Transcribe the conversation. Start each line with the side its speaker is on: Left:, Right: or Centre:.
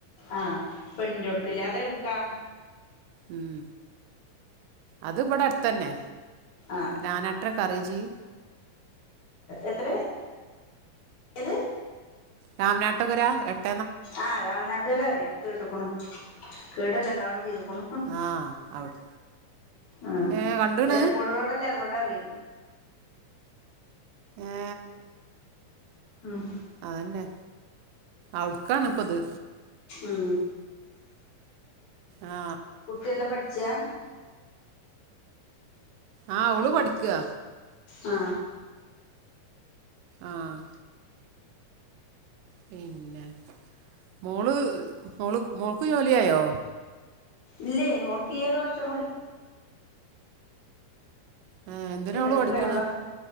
Left: ആ പെണ്ണിന്റോടക്കല്ലേ അതെവിടക്കാ?
Right: ഉം അത് ഇവിടെ അടുത്തന്നെ
Left: ആഹ്
Right: നാനാട്ടര കറജി
Left: എത്ര ഏത്
Right: രാമനാട്ടുകര എട്ട്
Left: ആ രാമനാട്ടുക്കര അറിയാം കേട്ട്ക്കുണു കേടല്ല കാണുംചെയ്തു ക്കുണു
Right: ആ അവിടെ
Left: ആ
Right: ഏ കണ്ടണ്
Left: എയർപോർട്ട് റോഡല്ലേ അതോണ്ട് അറിയും
Right: ഏ
Left: ഉം
Right: അതന്നെ അവിടുക്കാണ് ഇപ്പൊ ഇത്
Left: ഉം
Right: ആ
Left: കുട്ടി എന്താ പഠിച്യാ
Right: ആ അവള് പഠിക്കാ
Left: ആ
Right: ആഹ് പിന്നെ മോള് മോള് മോൾക്ക് ജോലിയായോ
Left: ഇല്ലേ ഓൾക്ക് ഈ ഒരു വർഷം കൂടി
Right: ആ എന്തിനാ
Left: ഉണ്ട്
Right: അവള്
Left: ഇത്
Right: പഠിക്ക്ണെ
Left: കേട്ടാ